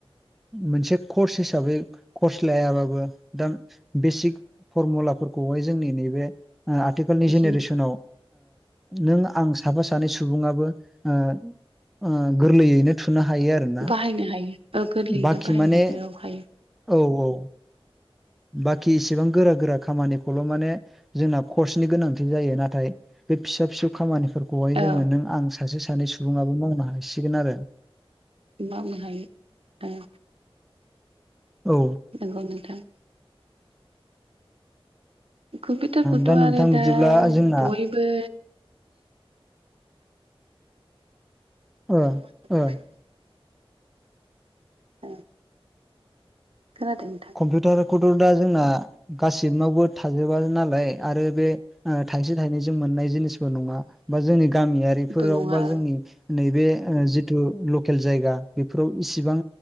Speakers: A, in the centre; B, on the right (about 70°).
A: मोनसे कर्स हिसाबै कर्स लायाबाबो दा बेसिक फरमुलाफोरखौहाय जोंनि नैबे आथिखालनि जेनेरेसनाव
B: जों
A: नों आं साफा <unintelligible> सानै सुबुआबो ओ ओ गोरलैयैनो थुनो हायो आरोना
B: बाहायनो हायो औ गोरलैयैनो
A: बाखि
B: बाहायनो
A: माने
B: हायो औ हायो
A: औ औ। बाखि इसिबां गोरा- गोरा खामानिखौल' माने जोंना कर्सनि गोनांथि जायो नाथाय बे फिसा- फिसौ खामानिफोरखौहाय
B: औ
A: जोङो नों आं सासे -सानै सुबुङाबो मावनो हासिगोन आरो।
B: मावनो हायो दा।
A: औ।
B: नोंगौ नोंथां। कम्पिउटारखौथ'
A: दा नोंथां
B: आरो
A: बिदिब्ला
B: दा
A: जोंना
B: बयबो
A: ओ
B: <unintelligible>
A: ओ
B: औ खोनादों नोंथां?
A: कम्पिउटारखौथ' दा जोंना गासिनावबो थाजोबा नालाय आरो बे थाइसे थाइनैजों मोननाय जिनिसबो नंङा बा जोंनि गामियारि बेफोराव
B: बो नङा
A: बा
B: औ
A: जोंनि नैबे जिथु लकेल जायगा बेफोराव इसेबां